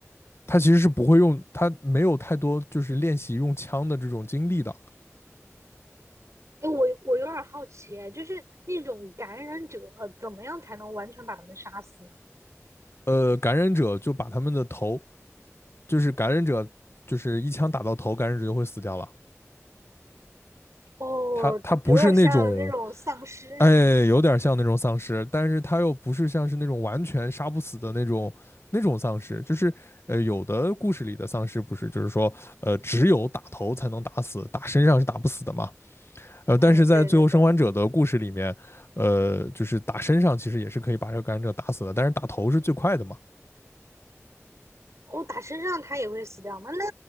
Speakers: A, on the left; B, on the right.
A: 他其实是不会用，他没有太多就是练习用枪的这种经历的。
B: 哎，我我有点好奇，哎就是那种感染者怎么样才能完全把他们杀死呢？
A: 呃，感染者就把他们的头，就是感染者就是一枪打到头，感染者就会死掉了。
B: 哦，
A: 他他不是那种，
B: 有点像那种丧尸。
A: 哎，有点像那种丧尸，但是他又不是像是那种完全杀不死的那种那种丧尸，就是呃，有的故事里的丧尸不是，就是说呃，只有打头才能打死，打身上是打不死的嘛。呃，
B: 嗯，
A: 但是在《最后生还者》的故事里面，
B: 对对对。
A: 呃，就是打身上其实也是可以把这个感染者打死的，但是打头是最快的嘛。
B: 哦，打身上他也会死掉吗？那